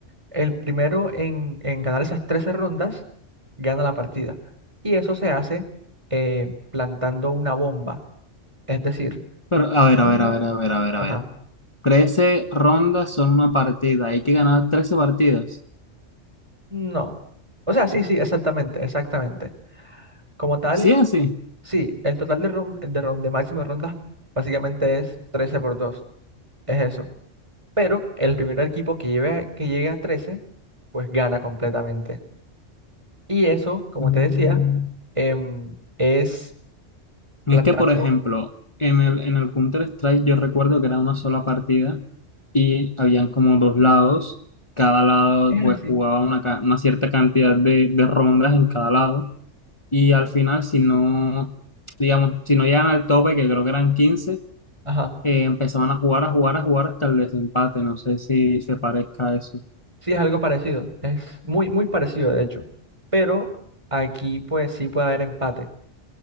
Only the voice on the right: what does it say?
El primero en, en ganar esas 13 rondas gana la partida. Y eso se hace eh, plantando una bomba. Es decir,
una...
Ajá.
No. O sea, sí, sí, exactamente, exactamente. Como tal,
sí, el total de, ron- de, ron- de máximo de rondas básicamente es 13 por dos Es eso. Pero el primer equipo que lleve, a- que llegue a 13 pues gana completamente. Y eso, como
te decía, em, es
plantando...
sí,
Es
así,
ajá.
Sí, es algo parecido. Es muy, muy parecido, de hecho. Pero aquí, pues, sí puede haber empate.